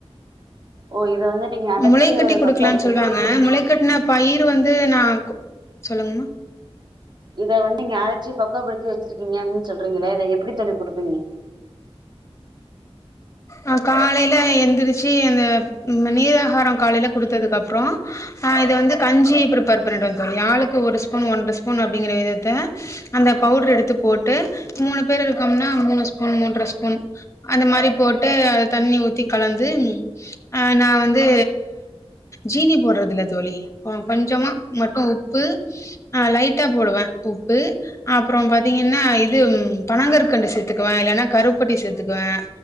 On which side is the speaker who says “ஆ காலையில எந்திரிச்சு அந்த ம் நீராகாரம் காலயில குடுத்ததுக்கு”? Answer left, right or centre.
Left